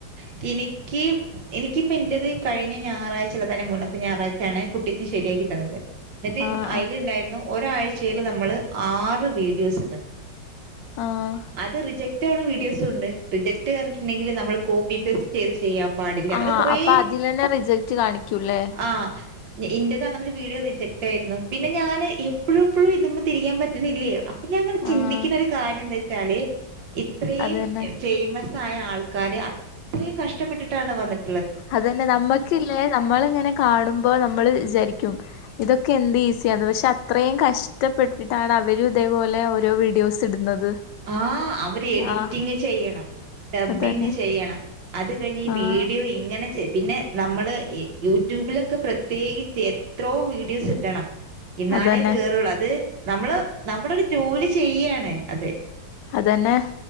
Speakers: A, on the right; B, on the left.
A: ഈ എനിക്ക് എനിക്കിപ്പ എൻറത് കഴിഞ്ഞ ഞായറാഴ്ചുള്ള തന്നെ മുന്നത്തെ ഞായറാഴ്ചയാണ് കുട്ടീക്കും ശരിയാ ക്കിതന്നത് എന്നിട്ട്
B: ആഹ്
A: അതിൽുണ്ടായിരുന്നു
B: ആഹ്
A: ഒരാഴ്ചൽ നമ്മള് ആറ് വീഡിയോസ് ഇടണം.
B: ആഹ്
A: അത് റിജക്ട് റ്റവണവീഡിയോസ് ഉണ്ട് റിജക്ട് റിഞ്ഞിട്ടുണ്ടെങ്കിൽ നമ്മ കോപി പേസ്റ്റ് ചെയ് ചെയ്യാൻ പാടില്ല, അങ്ങനെ
B: ആഹ്
A: കൊറേ
B: അപ്പൊ അതിലെന്നെ റിജക്റ്റ് കാണിക്കൂല്ലേ?
A: ആ ഇന്റത് അങ്ങനെ ഒരു വീഡിയോ റിജക്റ്റ് ആയിരുന്നു. പിന്നെ ഞാന് എപ്പോഴും എപ്പോഴും ഇതമ്മ തിരിയാൻ പറ്റണില്ലേ ഞങ്ങ ചിന്തിക്കുന്ന
B: ആഹ്
A: ഒരു കാര്യം എന്താ വെച്ചാല് ഇത്രയും
B: അതന്നെ
A: ഫേമസ് സായ ആൾക്കാര് അത്രയും കഷ്ടപ്പെട്ടിട്ടാണ് വന്നിട്ട്
B: അതന്നെ നമ്മക്കില്ലേ നമ്മളിങ്ങനെ കാണുമ്പോ നമ്മള് വിചാരിക്കും ഇതൊക്കെ എന്ത് ഈസിയാണ് പക്ഷെ അത്രയും കഷ്ടപ്പെട്ടിട്ടാണ് അവരും ഇതേപോലെ ഓരോ വീഡിയോസ് ഇടുന്നത്
A: ആഹ അവര് എഡിറ്റിങ്
B: ആഹ്
A: ചെയ്യണം ഡബ്ബിങ്
B: അതന്നെ
A: ചെയ്യണം അത് കഴിഞ്ഞ് ഈ
B: ആഹ്
A: വീഡിയോ ഇങ്ങനെ പിന്നെ നമ്മള് യൂട്യൂബിലൊക്കെ പ്രത്യേകിച്ച് എത്രോ വീഡിയോസ് ഇടണം എന്നാലേ
B: അതന്നെ
A: കേയറുള്ളൂ അത് നമ്മള് നമ്മളൊരു ജോലി ചെയ്യാണ് അത്
B: അതന്നെ